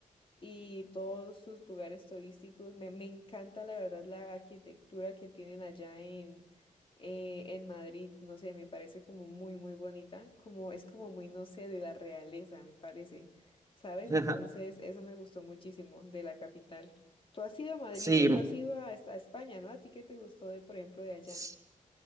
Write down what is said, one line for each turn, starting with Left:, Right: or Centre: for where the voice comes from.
Left: y todos sus lugares turísticos. Me, me encanta la verdad la arquitectura que tienen allá en, eh, en Madrid. No sé, me parece como muy, muy bonita. Como es como muy, no sé, de la realeza, me parece. ¿Sabes?
Right: <laughs>
Left: Entonces, eso me gustó muchísimo de la capital. Tú has ido a Madrid,
Right: Sí,
Left: eh, tú has ido a, esta- a España, ¿no? ¿A ti qué te gustó de, por ejemplo, de allá?
Right: s-